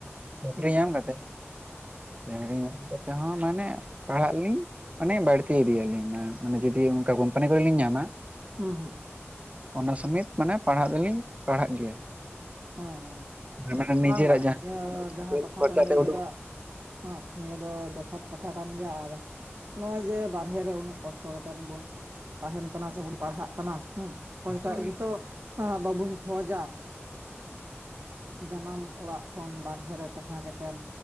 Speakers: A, on the right (about 30°); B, on the right (about 55°).
A: ᱪᱟᱹᱠᱨᱤ
B: ᱦᱩᱹ,
A: ᱧᱟᱢ ᱠᱟᱛᱮ <inaudible> ᱧᱟᱢ ᱠᱟᱛᱮ ᱦᱚᱸ ᱢᱟᱱᱮ ᱯᱟᱲᱦᱟ ᱟᱹᱞᱤᱧ ᱾ ᱢᱟᱱᱮ ᱵᱟᱹᱲᱛᱤ ᱤᱫᱤᱭᱟ ᱞᱤᱧ ᱢᱟᱱᱮ ᱡᱩᱫᱤ ᱚᱱᱠᱟ ᱠᱳᱢᱯᱟᱱᱤ ᱠᱚᱨᱮᱞᱤᱧ ᱧᱟᱢᱟ,
B: ᱦᱩᱸ ᱦᱩᱸ
A: ᱚᱱᱟ ᱥᱚᱢᱮᱛ ᱢᱟᱱᱮ ᱯᱟᱲᱦᱟᱜ ᱫᱚᱞᱤᱧ ᱯᱟᱲᱦᱟᱜ ᱜᱮᱭᱟ᱾
B: ᱦᱩᱸ ᱦᱩᱸ
A: ᱢᱟᱱᱮ
B: ᱵᱟᱝ
A: ᱱᱤᱡᱮᱨᱟᱜ ᱡᱟᱦᱟᱸ
B: ᱵᱟᱝ ᱱᱤᱭᱟᱹ ᱡᱟᱦᱟᱸ
A: ᱠᱷᱮᱞ
B: ᱠᱟᱛᱷᱟ
A: ᱠᱷᱚᱨᱪᱟ
B: ᱵᱮᱱ ᱞᱟᱹᱭ
A: ᱛᱮ ᱩᱰᱩᱠ
B: ᱠᱮᱫᱟ, ᱦᱮᱸ ᱱᱤᱭᱟᱹ ᱫᱚ ᱡᱚᱛᱷᱟᱛ ᱠᱟᱛᱷᱟ ᱠᱟᱱ ᱜᱮᱭᱟ᱾ ᱟᱨ ᱱᱚᱜ -ᱚᱭ ᱡᱮ ᱵᱟᱨᱦᱮ ᱨᱮ ᱩᱱᱟᱹᱜ ᱠᱚᱥᱴᱚ ᱠᱟᱛᱮᱫ ᱵᱚᱱ ᱛᱟᱦᱮᱱ ᱠᱟᱱᱟ ᱥᱮᱵᱚᱱ ᱯᱟᱲᱦᱟᱜ ᱠᱟᱱᱟ ᱦᱮᱸ ᱚᱠᱚᱭᱴᱟᱜ
A: ᱦᱳᱭ
B: ᱜᱮᱛᱚ ᱦᱟᱸᱜ ᱵᱟᱵᱚᱱ ᱠᱷᱚᱡᱟ ᱡᱟᱱᱟᱢ ᱚᱲᱟᱜ ᱠᱷᱚᱱ ᱵᱟᱨᱦᱮ ᱨᱮ ᱛᱟᱦᱮᱸ ᱠᱟᱛᱮᱫ ᱦᱮᱸ